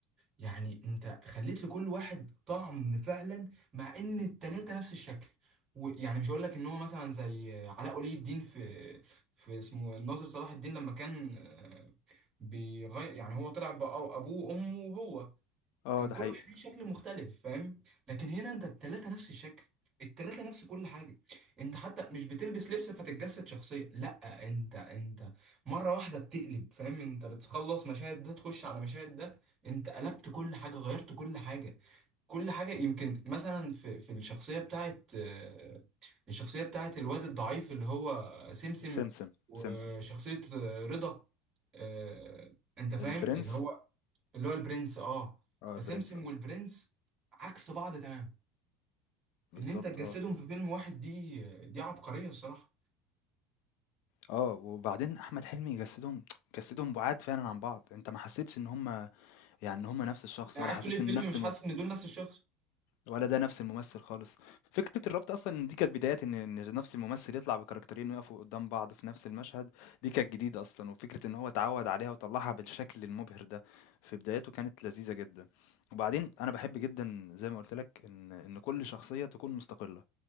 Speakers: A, on the right; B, on the left.
A: يعني انت خليت لكل واحد طعم فعلا مع ان التلاته نفس الشكل ويعني مش هقول لك ان هو مثلا زي علاء ولي الدين في في اسمه الناظر صلاح الدين لما كان آه، بيغير يعني هو طلع بأ- ابوه وامه وهو
B: اه
A: كان
B: ده
A: كل
B: حقيقي
A: واحد ليه شكل مختلف فاهم لكن هنا انت التلاتة نفس الشكل التلاتة نفس كل حاجة انت حتى مش بتلبس لبس فتتجسد شخصية لا انت انت مرة واحدة بتقلب فاهم انت بتخلص مشاهد ده تخش على مشاهد ده انت قلبت كل حاجة غيرت كل حاجة كل حاجة يمكن مثلا في في الشخصية بتاعت آه، الشخصية بتاعت الواد الضعيف اللي هو سمسم
B: سمسم
A: وشخصية
B: سمسم
A: آه، رضا آه، انت فاهم
B: البرنس
A: اللي هو اللي هو البرنس اه
B: آه
A: فسمسم
B: البرنس آه
A: والبرنس عكس بعض تمام
B: بالضبط
A: ان انت تجسدهم
B: آه.
A: في فيلم واحد دي دي عبقرية الصراحة
B: آه، وبعدين أحمد حلمي جسّدهم جسّدهم بُعاد فعلًا عن بعض، أنت ما حسّيتش إن هُم يعني إن هُم نفس الشخص
A: انا
B: ولا
A: قاعد
B: حسّيت
A: طول الفيلم
B: إن نفس
A: مش
B: م
A: حاسس ان دول نفس الشخص
B: ولا ده نفس الممثل خالص. فكرة الربط أصلًا إن دي كانت بدايات إن إن نفس الممثل يطلع بكاركترين ويقفوا قدّام بعض في نفس المشهد، دي كانت جديدة أصلًا، وفكرة إن هو اتعوّد عليها وطلّعها بالشكل المبهر ده في بداياته كانت لذيذة جدًا. وبعدين أنا باحب جدًا زي ما قُلت لك إن إن كل شخصية تكون مستقلة.